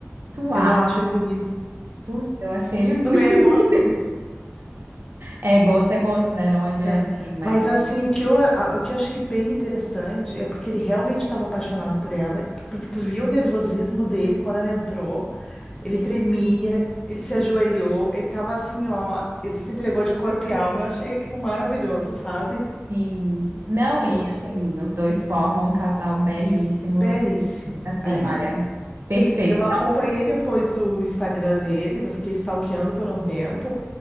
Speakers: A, on the right; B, on the left.
A: tu
B: Eu
A: acha?
B: não acho ele bonito.
A: Putz, eu achei ele
B: Mas
A: muito
B: tudo bem, é
A: <laughs> lindo.
B: gosto.
A: É, gosto é gosto, né? Não adianta,
B: É.
A: assim, mas
B: Mas assim, o que eu, a- o que eu achei bem interessante é porque ele realmente estava apaixonado por ela, porque tu viu o nervosismo dele quando ela entrou. Ele
A: sim,
B: tremia, ele se ajoelhou, ele tava assim, ó, ele se entregou de corpo e alma. Eu achei aquilo maravilhoso, sabe?
A: sim. Não, e
B: Eu achei
A: assim, os dois formam um casal belíssimo,
B: belíssimo.
A: assim,
B: É.
A: olha, perfeito.
B: E eu acompanhei depois o Instagram deles, eu fiquei stalkeando por um tempo.